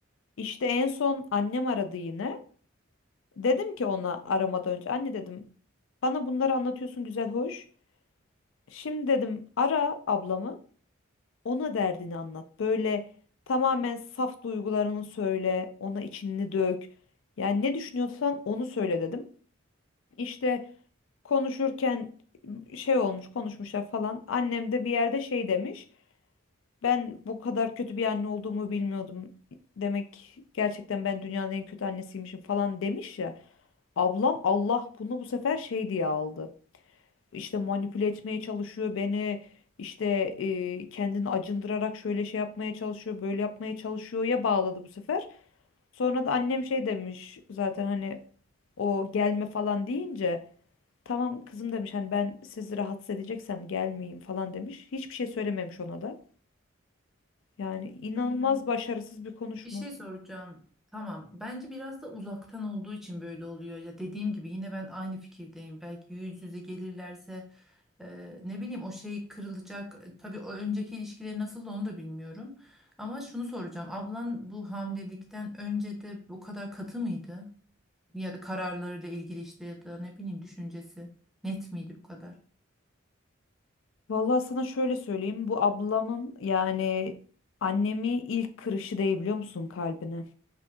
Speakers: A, on the left (about 70°); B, in the centre.
A: İşte en son annem aradı yine. Dedim ki ona aramadan önce anne dedim bana bunları anlatıyorsun güzel hoş. Şimdi dedim ara ablamı. Ona derdini anlat. Böyle tamamen saf duygularını söyle, ona içini dök. Yani ne düşünüyorsan onu söyle dedim. İşte konuşurken şey olmuş, konuşmuşlar falan. Annem de bir yerde şey demiş. Ben bu kadar kötü bir anne olduğumu bilmiyordum. Demek gerçekten ben dünyanın en kötü annesiymişim falan demiş ya. Ablam Allah bunu bu sefer şey diye aldı. İşte manipüle etmeye çalışıyor beni işte e, kendini acındırarak şöyle şey yapmaya çalışıyor böyle yapmaya çalışıyor ya bağladı bu sefer. Sonra da annem şey demiş zaten hani o gelme falan deyince tamam kızım demiş hani ben sizi rahatsız edeceksem gelmeyeyim falan demiş. Hiçbir şey söylememiş ona da. Yani inanılmaz
B: Hmm,
A: başarısız bir konuşma.
B: Bir şey soracağım. Tamam. Bence biraz da uzaktan olduğu için böyle oluyor. Ya dediğim gibi yine ben aynı fikirdeyim. Belki yüz yüze gelirlerse Eee, ne bileyim o şey kırılacak. E, Tabii o önceki ilişkileri nasıldı onu da bilmiyorum. Ama şunu soracağım. Ablan bu hamilelikten önce de bu kadar katı mıydı? Ya da kararlarıyla ilgili işte ya da ne bileyim düşüncesi net miydi bu kadar?
A: Vallahi sana şöyle söyleyeyim bu ablamın yani annemi ilk kırışı değil biliyor musun kalbine?